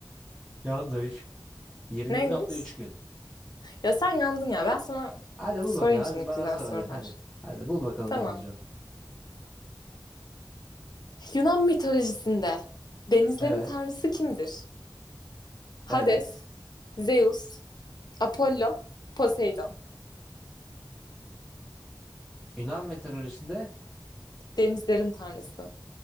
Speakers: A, in the centre; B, on the left.
A: yanlış. 27,3
B: Neymiş?
A: gün.
B: Ya sen yandın ya. Ben sana
A: Hadi bul
B: sorayım
A: bakalım. Hadi
B: şimdi
A: bana
B: güzel
A: sor
B: sorular.
A: hadi. Hadi. Hadi bul bakalım
B: Tamam.
A: ne bulacaksın.
B: Yunan mitolojisinde denizlerin
A: Evet.
B: tanrısı kimdir? Hades,
A: Evet.
B: Zeus, Apollo, Poseidon.
A: Yunan mitolojisinde
B: Denizlerin tanrısı.